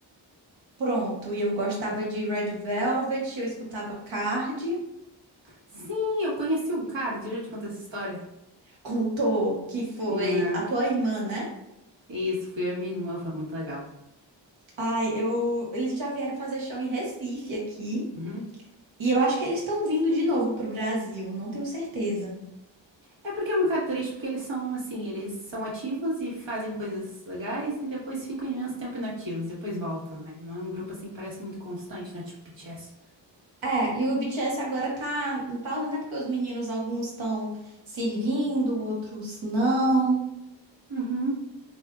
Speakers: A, on the right; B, on the right.
A: Pronto, e eu gostava de Red Velvet, eu escutava Card,
B: Sim, eu conheci um cara, deixa eu te contar essa história.
A: contou que foi
B: Yeah.
A: a tua irmã, né?
B: Isso, fui eu e minha irmã, foi muito legal.
A: Ai, eu eles já vieram fazer show em Recife aqui,
B: Uhum.
A: e eu acho que eles estão vindo de novo pro Brasil, não tenho certeza.
B: É porque é um bocado triste, porque eles são assim, eles são ativos e fazem coisas legais e depois ficam imenso tempo inativos, depois voltam, né? Não é um grupo assim que parece muito constante, né? Tipo BTS.
A: É, e o BTS agora tá em pausa, né? Porque os meninos, alguns estão servindo, outros não.
B: Uhum.